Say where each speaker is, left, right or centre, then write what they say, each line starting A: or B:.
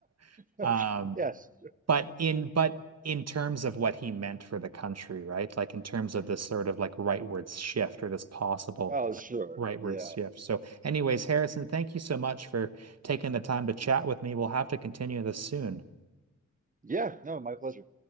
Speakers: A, on the right; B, on the right.
A: <laughs>
B: yeah.
A: um,
B: <laughs> Yes.
A: but in but in terms of what he meant for the country, right? Like in terms of this sort of like rightward shift or this possible
B: Oh, sure,
A: rightward
B: yeah,
A: shift. So, anyways, Harrison, thank you so much for taking the time to chat with me. We'll have to continue this soon.
B: yeah. No, my pleasure.